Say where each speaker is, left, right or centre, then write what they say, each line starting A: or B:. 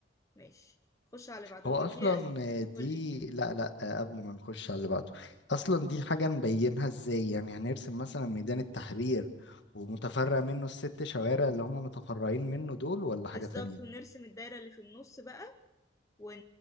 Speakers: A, on the left; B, on the left.
A: ماشي خش على بعضه
B: هو
A: المقياس
B: اصلا دي
A: قولي
B: لا لا قبل ما نخش على اللي بعده اصلا دي حاجه نبينها ازاي يعني هنرسم مثلا ميدان التحرير ومتفرع منه الست شوارع اللي هم متفرعين منه دول ولا حاجه
A: بالظبط
B: تانية
A: ونرسم الدايرة اللي في النص بقى ون...